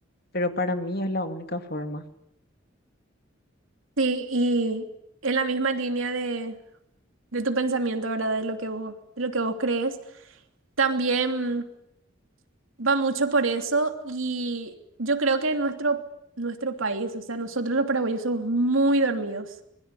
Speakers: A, on the left; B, on the right.
A: pero para mí es la única forma.
B: Sí, y en la misma línea de, de tu pensamiento, ¿verdad? De lo que vos, de lo que vos crees. También va mucho por eso y yo creo que nuestro, nuestro país, o sea, nosotros los paraguayos somos muy dormidos.